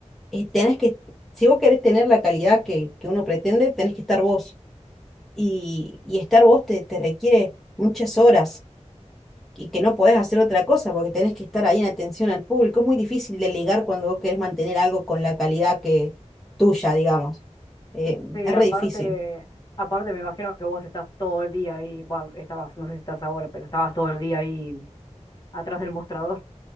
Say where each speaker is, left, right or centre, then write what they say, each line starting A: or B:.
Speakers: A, in the centre; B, on the left (about 35°).
A: eh, tenés que, si vos querés tener la calidad que, que uno pretende, tenés que estar vos. y, y estar vos te, te requiere muchas horas y que no podés hacer otra cosa porque tenés que estar ahí en atención al público. Es muy difícil delegar cuando vos querés mantener algo con la calidad que tuya, digamos. Eh,
B: Sí,
A: es
B: aparte,
A: re difícil.
B: aparte me imagino que vos estás todo el día ahí, bah, estabas, no sé si estás ahora, pero estabas todo el día ahí atrás del mostrador.